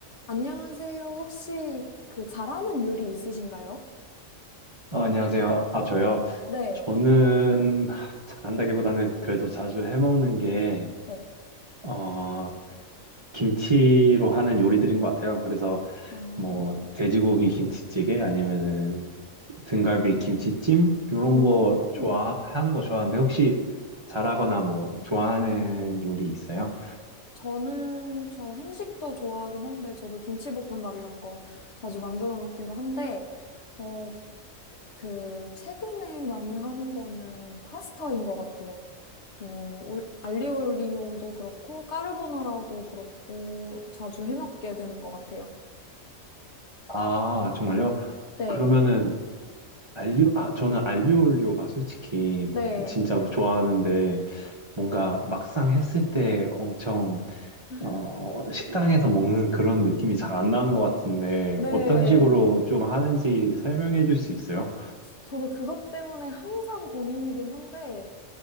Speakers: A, on the left; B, on the right.
A: 안녕하세요. 혹시 그 잘하는 요리 있으신가요?
B: 어, 안녕하세요. 아, 저요.
A: 네,
B: 저는 하, 잘한다기보다는 그래도 자주 해먹는 게,
A: 네.
B: 어, 김치로 하는 요리들인 것 같아요. 그래서
A: 아,
B: 뭐, 돼지고기 김치찌개 아니면은 등갈비 김치찜? 요런
A: 음.
B: 거 좋아하는 거 좋아하는데 혹시 잘하거나 뭐, 좋아하는 요리 있어요?
A: 저는 저 한식도 좋아하긴 한데 저도 김치볶음밥 이런 거 자주 만들어 먹기도 한데 어, 그 최근에 많이 하는 거는 파스타인 것 같아요. 어, 올- 알리올리오도 그렇고 까르보나라도 그렇고 자주 해먹게 되는 것 같아요.
B: 아, 정말요?
A: 네,
B: 그러면은 알리오, 아, 저는 알리올리오가 솔직히
A: 네.
B: 진짜 좋아하는데 뭔가 막상 했을 때 엄청
A: 아.
B: 어, 식당에서 먹는 그런 느낌이 잘 안 나는 것 같은데,
A: 네.
B: 어떤 식으로 좀 하는지 설명해 줄 수 있어요?
A: 저도 그것 때문에 항상 고민이긴 한데,